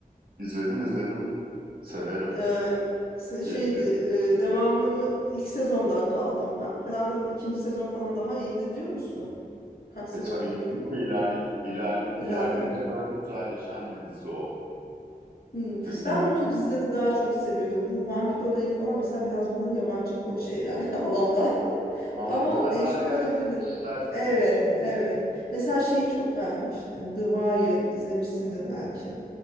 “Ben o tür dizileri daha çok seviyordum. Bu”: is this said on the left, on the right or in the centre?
Left